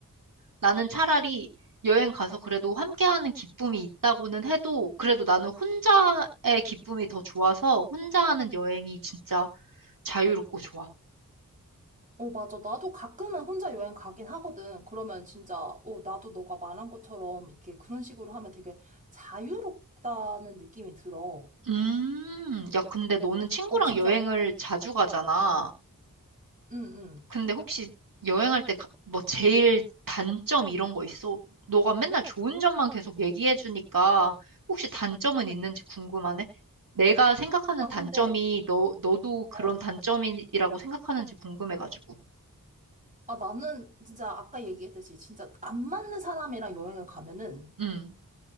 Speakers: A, on the right; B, on the right.
A: 나는 차라리 여행 가서 그래도 함께하는 기쁨이 있다고는 해도 그래도 나는 혼자의 기쁨이 더 좋아서 혼자 하는 여행이 진짜 자유롭고 좋아.
B: 어, 맞아. 나도 가끔은 혼자 여행 가긴 하거든. 그러면 진짜, 어, 나도 너가 말한 것처럼 이렇게 그런 식으로 하면 되게 자유롭다는 느낌이 들어.
A: 음, 야, 근데 너는 친구랑
B: 어, 진짜,
A: 여행을 자주 가잖아.
B: 응, 응.
A: 근데 혹시 여행할 때 뭐 제일 단점 이런 거 있어? 너가 맨날 좋은 점만 계속 얘기해 주니까 혹시 단점은 있는지 궁금하네? 내가 생각하는
B: 아,
A: 단점이
B: 근데,
A: 너, 너도 그런
B: 어,
A: 단점이라고 생각하는지 궁금해가지고.
B: 아, 나는 진짜 아까 얘기했듯이 진짜 안 맞는 사람이랑 여행을 가면은
A: 응,